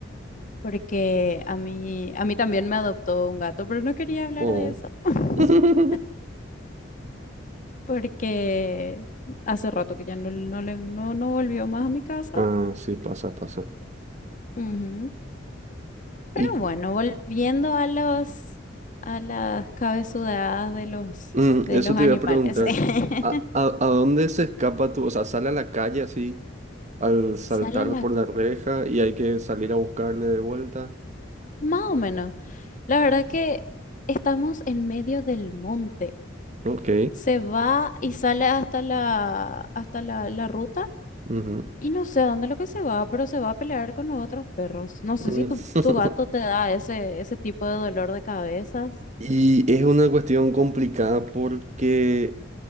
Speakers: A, on the left; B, on the right.
A: porque a mí, a mí también me adoptó un gato, pero no quería hablar
B: Oh.
A: de eso, <laughs>
B: <laughs>
A: porque hace rato que ya no, no, le- no, no volvió más a mi casa.
B: Ah, sí, pasa, pasa.
A: Ujú. Pero
B: Y
A: bueno, volviendo a los, a las cabezudadas de los,
B: mm,
A: de
B: eso
A: los
B: te
A: animales.
B: iba a preguntar,
A: <laughs>
B: ¿a, a, a dónde se escapa tú? O sea, sale a la calle así al saltar
A: Sale la,
B: por la reja y hay que salir a buscarle de vuelta.
A: más o menos. La verdad que estamos en medio del monte.
B: Ok.
A: Se va y sale hasta la, hasta la, la ruta
B: ujú,
A: Y no sé a dónde lo que se va, pero se va a pelear con los otros perros. No sé
B: mm.
A: si tu, tu gato te da ese, ese tipo de dolor de cabezas.
B: <laughs> Y es una cuestión complicada porque